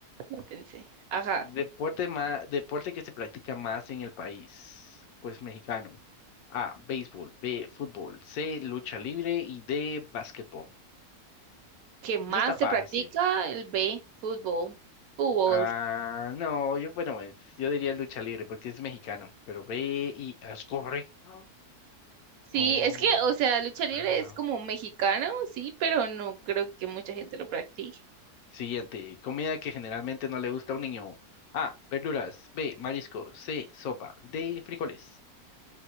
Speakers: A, on the right; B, on the left.
A: Lo pensé. Ajá.
B: Deporte más, deporte que se practica más en el país, pues mexicano. A, béisbol, B, fútbol, C, lucha libre y D, básquetbol.
A: ¿Qué más
B: Eso está fácil.
A: se practica? El B, fútbol. Fútbol.
B: Ah, no, yo, bueno, pues, yo diría lucha libre porque es mexicano, pero B y ah, es correcto.
A: Sí,
B: Oh,
A: es que, o sea, lucha libre
B: wow.
A: es como mexicano, sí, pero no creo que mucha gente lo practique.
B: Siguiente, comida que generalmente no le gusta a un niño. A, verduras. B, marisco. C, sopa. D, frijoles.